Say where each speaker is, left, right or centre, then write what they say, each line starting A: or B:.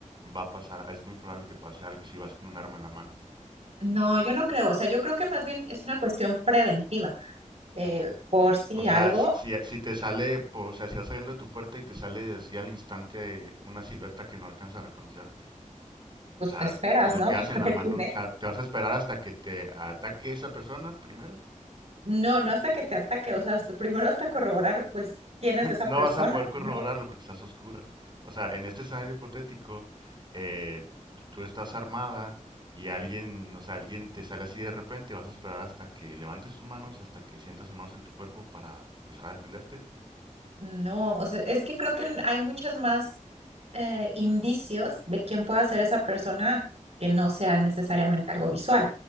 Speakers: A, on the right; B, on the right.
A: va a pasar, es muy probable que pase algo si vas con un arma en la mano.
B: No, yo no creo, o sea, yo creo que más bien es una cuestión preventiva. eh,
A: Ujú.
B: por si
A: O sea,
B: algo,
A: si, si- si te sale, po- o sea, si vas saliendo de tu puerta y te sale así al instante eh, una silueta que no alcanza a reconocer,
B: pues
A: o sea,
B: te esperas,
A: lo
B: ¿no?
A: que
B: <laughs> Para
A: haces en la
B: ver
A: mano,
B: quién es.
A: o sea, te vas a esperar hasta que te ataque esa persona primero
B: No, no hasta que te ataque, o sea, hasta- primero hasta corroborar, pues, quién es esa
A: no
B: persona,
A: vas a poder corroborarlo
B: ¿no?
A: porque estás a oscuras. O sea, en este escenario hipotético, eh, tú estás armada y alguien, o sea, alguien te sale así de repente, vas a esperar hasta que levante sus manos, hasta que sientas sus manos en tu cuerpo para empezar a defenderte.
B: No, o sea, es que creo que hay muchos más eh, indicios de quién pueda ser esa persona que no sea necesariamente algo visual.